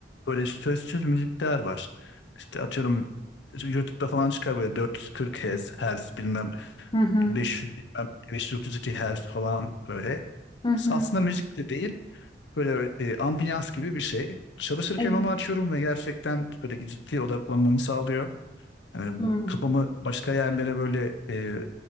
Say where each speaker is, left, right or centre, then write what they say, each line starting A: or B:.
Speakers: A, on the left; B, on the left.
A: böyle sözsüz müzikler var. İşte atıyorum YouTube'da falan çıkar böyle 440 Hz, Hz bilmem
B: hı hı.
A: 500 bilmem 532 Hz falan böyle.
B: hı hı.
A: Aslında müzik de değil. Böyle e, ambiyans gibi bir şey. Çalışırken
B: Evet.
A: onu açıyorum ve gerçekten böyle ciddi odaklanmamı sağlıyor. Yani
B: Hı hı.
A: kafamı başka yerlere böyle e,